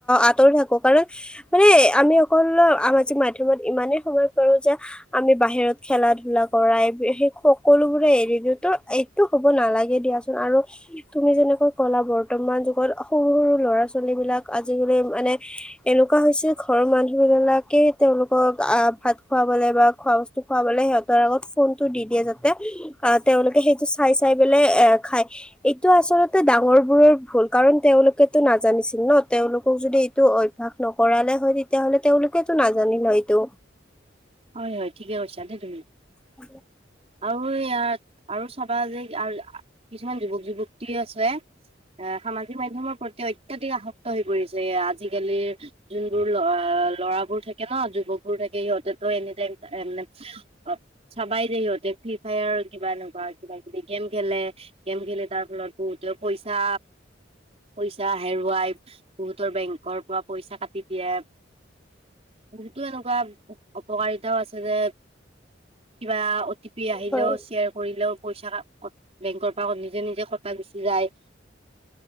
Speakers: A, in the centre; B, on the right.
A: আঁতৰি থাকোঁ। কাৰণ মানে আমি, সকলৰ আমাজিক মাধ্যমত ইমানে সোমাই পৰো যে, আমি বাহিৰত খেলা ধূলা কৰাই সেই সকলোবোৰে এৰি দিওঁতো এইটো হব নালাগে দিয়াচোন আৰু তুমি যেনেকৈ কলা বৰ্তমান যুগত সৰু সৰু ল'ৰা ছোৱালী বিলাক আজিকালি মানে এনেকুৱা হৈছে ঘৰৰ মানুহ বিলাকে তেওঁলোকক আ ভাত খোৱাবলে, খ বস্তু খ সিহতৰত ফোনটো দি দিয়ে যাতে তেওঁলোকে সেইটো চাই চাইলে খাই এইটো আচলতে ডাঙৰ বোৰৰ ভুল কাৰণ তেলোকটো নাজানিছিল ন তেলোকক যদি এইটো অভ্য়াস নকৰালে হয় তেতিয়াাহলে তেওঁলোকটো নাজানিল সটো
B: হয় হয় ঠিকে কৰিছা দেই তুমি
A: হ
B: আৰু এ ইাত আৰু চাবা যে আৰু কিছুমান যুৱক যুৱতী আছে এ সামাজিক মাধ্যমৰ প্ৰতি অত্যাধিক আসক্ত হৈ পৰিছে আজিকালিৰ যোনবোৰ ল ল'ৰাবোৰ থাকে ন যুৱকবোৰ থাকে সিহঁতে ত এনিতাইমানে অ' চাবাই দ সিহঁতে ফ্ৰ্ৰী ফায়াৰ কিবা এনেকুৱা কিবা কিবি গেম খেলে গেম খি তাৰ ফলত বহুতে পইচা পইচা হেৰুৱাই বহুতৰ বেংকৰ পৰা পইচা কা, তেতিয়া, সতো এনেকুৱা, উপকাৰিতাও আছে যে কিবা অটি পি আহিলেও
A: হয়।
B: শ্বেয়াৰ কৰিলেও পইচা বেংকৰ পৰা নিজে নিজে কটা গুচি যায়